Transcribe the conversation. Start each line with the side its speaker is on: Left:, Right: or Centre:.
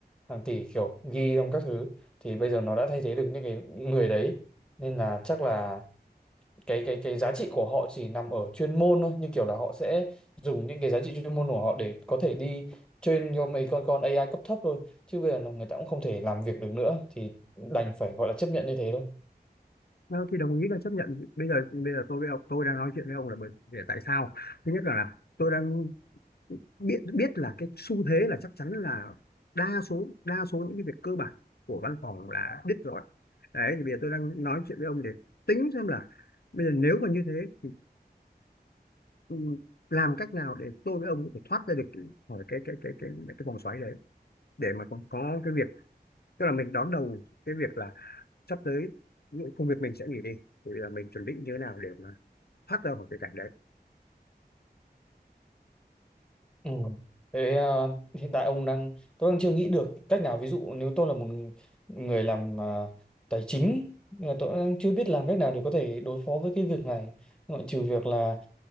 Centre: hàng tỷ kiểu ghi trong các thứ thì bây giờ nó đã thay thế được những cái người đấy nên là chắc là cái cái cái giá trị của họ chỉ nằm ở chuyên môn thôi như kiểu là họ sẽ dùng những cái giá trị chuyên môn của họ để có thể đi train cho mấy con con AI cấp thấp thôi chứ bây giờ là người ta cũng không thể làm việc được nữa thì đành phải gọi là chấp nhận như thế thôi
Left: Ờ, thì đồng ý là chấp nhận bây giờ bây giờ tôi với ông tôi đang nói chuyện với ông là bởi để tại sao thứ nhất là, là tôi đang biết biết là cái xu thế là chắc chắn là đa số đa số những cái việc cơ bản của văn phòng là biết rồi đấy thì bây giờ tôi đang nói chuyện với ông để tính xem là bây giờ nếu mà như thế thì ừ, làm cách nào để tôi với ông có thể thoát ra được cái- khỏi cái cái cái cái cái vòng xoáy đấy để mà còn có cái việc tức là mình đón đầu cái việc là sắp tới những công việc mình sẽ nghỉ đi thì là mình chuẩn bị như thế nào để mà thoát ra khỏi cái cảnh đấy
Centre: Ừ. thế à, hiện tại ông đang tôi đang chưa nghĩ được cách nào ví dụ nếu tôi là một người làm à, tài chính à, tôi đang chưa biết làm cách nào để có thể đối phó với cái việc này ngoại trừ việc là